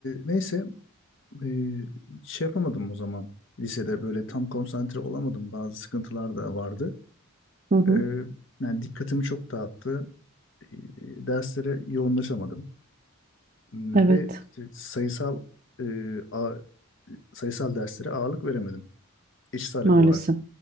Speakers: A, on the left; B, on the right.
A: neyse. ee, şey yapamadım o zaman. Lisede böyle tam konsantre olamadım. Bazı sıkıntılar da vardı.
B: Hı hı.
A: Ee, yani dikkatimi çok dağıttı. Ee, derslere yoğunlaşamadım. Hmm,
B: Evet,
A: Ve işte sayısal ee, a- sayısal derslere ağırlık veremedim. Eşit ağırlık
B: maalesef.
A: olarak